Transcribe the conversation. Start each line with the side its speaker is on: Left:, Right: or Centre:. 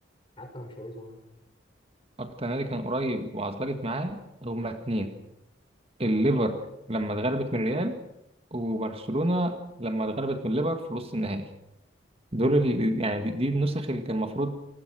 Left: حتى لو مش هيظهر
Right: أكتر نادي كان قريب وعطلقت معاه هما اتنين الليفر لما اتغلبت من الريال وبرشلونة لما اتغلبت من الليفر في نص النهائي دول اللي يعني دي, دي النسخ اللي كان المفروض